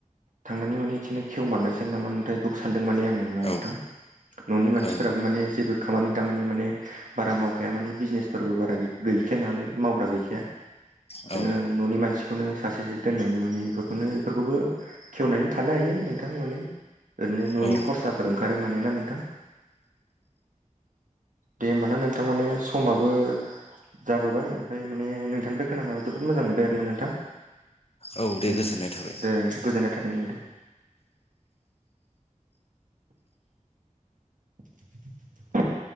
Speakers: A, on the right; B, on the left.
A: थांनानै माने बिदिनो खेव मारनोसो नामा नोंथां बेखौबो सानदों माने आङो नोंथां।
B: औ
A: न'नि मानसिफोराबो
B: औ
A: माने जेबो खामानि दामानि माने बारा मावखाया माने बिजनेसफोरबो बारा गैखाया नालाय मावग्रा गै खाया,
B: औ
A: बिदिनो न'नि मानसि बेखौनो सासेसो दोननानै माने बेफोरखौनो बेफोरखौबो खेवनानै थानो हायो नोंथां माने ओरैनो
B: औ
A: न'नि खरसाफोर ओंखारो माने ना नोंथां? दे होमबाना नोंथां माने समाबो जाबोबाय ओमफ्राय माने नोंथांनिफ्राय खोनाना जोबोद मोजां मोनबाय आरोना नोंथां
B: औ दे
A: उम
B: गोजोननाय थाबाय।
A: दे गोजोननाय थागोन दे। <unintelligible>